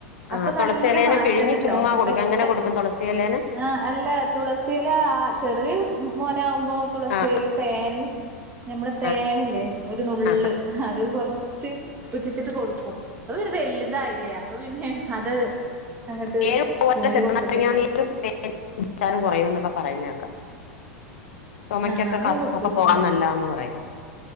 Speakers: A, on the left (about 60°); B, on the right (about 20°).
A: ആ
B: അപ്പൊ
A: തുളസിയിലേനെ
B: നല്ല മാറ്റണ്ട്ട്ടോ
A: പിഴിഞ്ഞ് ചുമ്മാ കൊടുക്കും
B: പെട്ട
A: എങ്ങനെ കൊടുക്കും തുളസിയിലേനെ
B: ആഹ് അല്ല തുളസിയെല ആഹ് ചെറിയ കുട്ട് മോനാവുമ്പ മ്പോ തുളസിയെലയും
A: ആ
B: തേന് പിന്നെ ഞമ്മളെ തേനില്ലേ?
A: ആ
B: ഒരു നുള്ള്
A: ആ
B: അത് കൊറച്ച് ഉറ്റിച്ചിട്ട് കൊടുക്കും ഓര് വെല്തായില്ലേ അപ് അപ്പൊ പിന്നെ അത് അങ്ങട്ട്
A: തേനും അതുപോലെ
B: സ്പൂണില്
A: ചെറുനാരങ്ങാ
B: കൊടുത്തിട്ട്
A: നീരും തേനും കുടിച്ചാലും കൊറയൂന്നൊക്കെ പറയുന്ന കേക്കാം ചൊമയ്ക്കൊക്കെ
B: ആഹ് ആദ്യം
A: കഫൊക്കെ
B: കൊടുത്തോക്കിട്ടില്ല
A: പോകാൻ നല്ലാന്ന് പറയും